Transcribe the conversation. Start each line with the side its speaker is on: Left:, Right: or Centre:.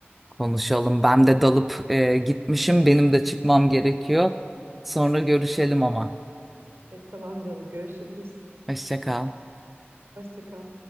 Centre: Konuşalım. Ben de dalıp e, gitmişim. Benim de çıkmam gerekiyor. Sonra görüşelim ama.
Right: E, tamam canım, görüşürüz.
Centre: Hoşça kal.
Right: Hoşça kal.